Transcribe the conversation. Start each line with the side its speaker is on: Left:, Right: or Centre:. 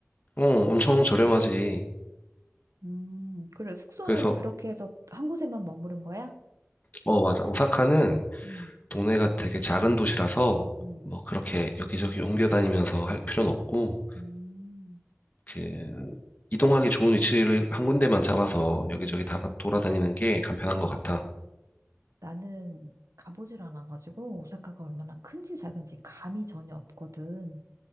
Left: 어, 엄청 저렴하지.
Right: 음, 그래. 숙소는
Left: 그래서,
Right: 그렇게 해서 한 곳에만 머무른 거야?
Left: 어, 맞아. 오사카는
Right: 음,
Left: 동네가 되게 작은 도시라서,
Right: 음,
Left: 뭐, 그렇게 여기저기 옮겨 다니면서 할 필요는 없고,
Right: 음,
Left: 그, 이동하기 좋은 위치를 한 군데만 잡아서 여기저기
Right: 음,
Left: 다 돌아다니는 게 간편한
Right: 음.
Left: 것 같아.
Right: 나는 가보질 않아가지고 오사카가 얼마나 큰지 작은지 감이 전혀 없거든.